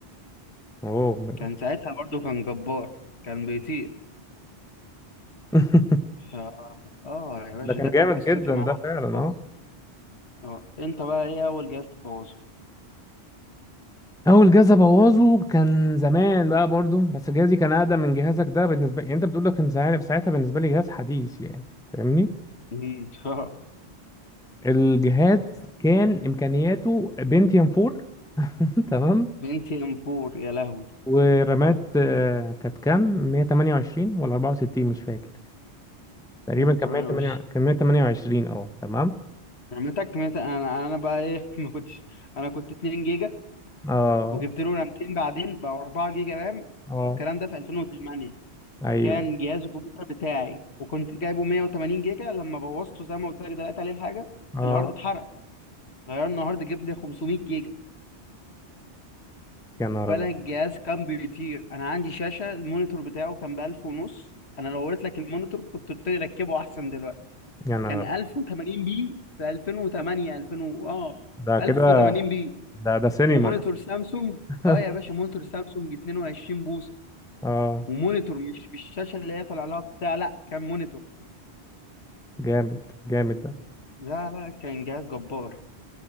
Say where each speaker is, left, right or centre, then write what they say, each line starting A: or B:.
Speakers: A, in the centre; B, on the left.
A: اوه
B: كان ساعتها برضو كان جبار كان بيطير
A: <laughs>
B: ف اه يا باشا
A: ده كان
B: ده
A: جامد
B: كانت قصتي
A: جدا
B: مع
A: ده
B: اول
A: فعلا
B: جهاز
A: آه.
B: اه انت بقى ايه اول جهاز تبوظه
A: اول جهاز ابوظه كان زمان بقى برضو بس جهازي كان اقدم من جهازك ده بالنسبه يعني انت بتقول لك كان ساعتها ساعتها بالنسبه لي جهاز حديث يعني فاهمني
B: مم. <laughs>
A: الجهاز كان امكانياته بنتيوم 4 <laughs> تمام
B: بنتي ام 4 يا لهوي
A: ورامات آه، كانت كام 128 ولا 64 مش فاكر تقريبا
B: 128
A: كان 128 كان 128 اه تمام
B: رمتك مت... انا انا بقى ايه <laughs> ما كنتش انا كنت 2 جيجا
A: اه
B: وجبت له رامتين بعدين بقى 4 جيجا رام
A: اه
B: والكلام ده في 2008
A: ايوه
B: كان جهاز الكمبيوتر بتاعي وكنت جايبه 180 جيجا لما بوظته زي ما قلت لك دلوقتي عليه الحاجه
A: اه
B: الهارد اتحرق غيرنا هارد جاب لي 500 جيجا
A: يا نهار
B: فانا
A: ابيض
B: الجهاز كان بيطير انا عندي شاشه المونيتور بتاعه كان ب 1000 ونص انا لو وريت لك المونيتور كنت قلت لي ركبه احسن دلوقتي
A: يا نهار
B: كان
A: أبيض.
B: 1080 بي في 2008 2000 و- اه
A: ده كده
B: 1080 بي
A: ده ده سينما
B: مونيتور
A: ده
B: سامسونج
A: <laughs>
B: اه يا باشا مونيتور سامسونج 22 بوصه
A: اه
B: ومونيتور مش مش الشاشه اللي هي طالع لها بتاع لا كان مونيتور
A: جامد جامد
B: لا لا كان جهاز جبار